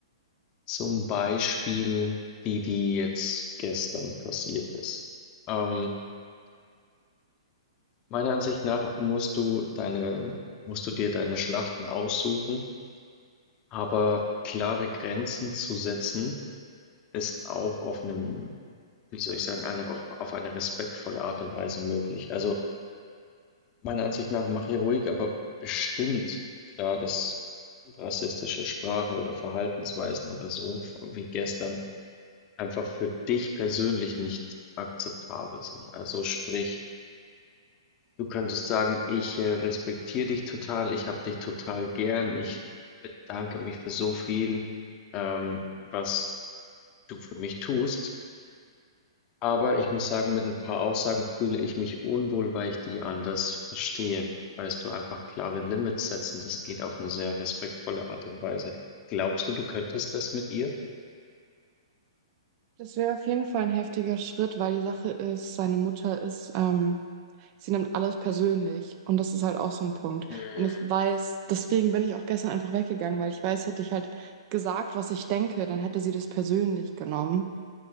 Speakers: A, on the left; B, on the right.
A: Zum Beispiel die, die jetzt gestern passiert ist. Ähm, meiner Ansicht nach musst du deine, musst du dir deine Schlachten aussuchen, aber klare Grenzen zu setzen ist auch auf einem, wie soll ich sagen, eine, auf, auf eine respektvolle Art und Weise möglich. Also meiner Ansicht nach mach hier ruhig, aber bestimmt klar, dass rassistische Sprache oder Verhaltensweisen oder so, wie gestern, einfach für dich persönlich nicht akzeptabel sind. Also sprich, du könntest sagen, ich äh, respektiere dich total, ich habe dich total gern, ich bedanke mich für so viel, ähm, was du für mich tust. Aber ich muss sagen, mit ein paar Aussagen fühle ich mich unwohl, weil ich die anders verstehe. Weißt du, einfach klare Limits setzen, das geht auf eine sehr respektvolle Art und Weise. Glaubst du, du könntest das mit ihr?
B: Das wäre auf jeden Fall ein heftiger Schritt, weil die Sache ist, seine Mutter ist, ähm, sie nimmt alles persönlich und das ist halt auch so ein Punkt.
A: Mm,
B: Und ich weiß, deswegen bin ich auch gestern einfach weggegangen, weil ich weiß, hätte ich halt gesagt, was ich denke, dann hätte sie das persönlich genommen.